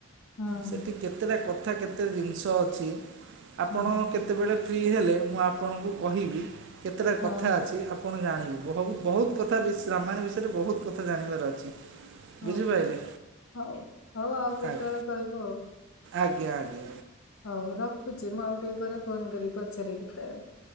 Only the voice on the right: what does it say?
ସେଠି କେତେଟା କ ତଥା କେତେ ଜିନିଷ ଅଛି। ଆପଣ
କେତ୍ ରେ ଫ୍ରି ହେଲେ ମୁଁ ଆପଣଙ୍କୁ କହିବି କେତେଟା
କଥା ଅଛି। କଣ ଜାଣିବି ବହୁତ ବହୁତ କଥା ରାମାୟଣ ବିଷୟରେ ବହୁତ କଥା ଜାଣିବାର ଅଛି।
ବୁଝିପାରିଲେ
ଆଜ୍ଞା
ଆଜ୍ଞା ଆଜ୍ଞା।